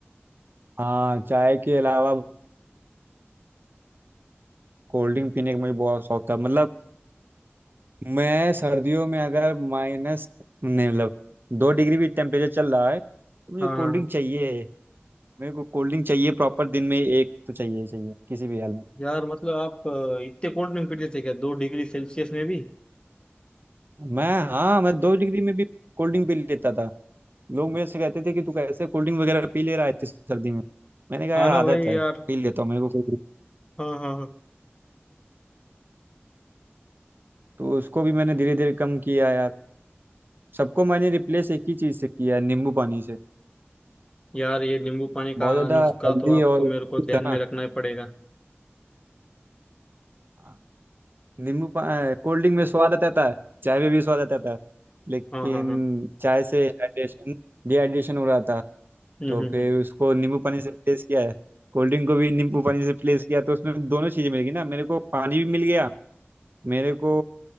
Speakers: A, on the right; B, on the left.
A: हाँ चाय के अलावा कोल्ड ड्रिंक पीने का मुझे बहुत शौक था मतलब मैं सर्दियों में अगर माइनस नहीं मतलब दो डिग्री भी टेम्परेचर चल रहा है तो मुझे
B: हाँ
A: कोल्ड
B: हाँ
A: ड्रिंक
B: हाँ।
A: चाहिए मेरे को कोल्ड ड्रिंक चाहिए प्रॉपर दिन में एक तो चाहिए ही चाहिए किसी भी हाल में
B: यार मतलब आप अ, इतने कोल्ड ड्रिंक पीते थे क्या दो डिग्री सेल्सियस में भी
A: मैं हाँ मैं दो डिग्री में भी कोल्ड ड्रिंक पी लेता था लोग मेरे से कहते थे कि तू कैसे कोल्ड ड्रिंक वगैरह पी ले रहा है इतनी सर्दी में मैंने कहा
B: हाँ
A: यार
B: ना
A: आदत
B: भाई
A: है
B: यार
A: पी लेता हूँ मेरे को कोई दिक्कत-"
B: हाँ हाँ हाँ
A: तो उसको भी मैंने धीरे धीरे कम किया यार सबको मैंने रिप्लेस एक ही चीज़ से किया नींबू पानी से
B: यार ये नींबू पानी
A: बहुत
B: का
A: ज्यादा
B: नुस्खा
A: हेल्दी
B: तो आपको
A: और ठीक
B: मेरे को ध्यान
A: है ना
B: में रखना ही पड़ेगा
A: हाँ, नींबू कोल्ड ड्रिंक में स्वाद आता है चाय में भी स्वाद आता है लेकिन
B: हाँ हाँ हाँ
A: चाय से हाइड्रेशन डिहाइड्रेशन हो रहा था
B: हम्म
A: तो
B: हम्म
A: फिर
B: हम्म।
A: उसको नींबू पानी से रिप्लेस किया है कोल्ड ड्रिंक को भी नींबू पानी से रिप्लेस किया तो उसमें दोनों चीज़ें मिल गई ना मेरे को पानी भी मिल गया मेरे को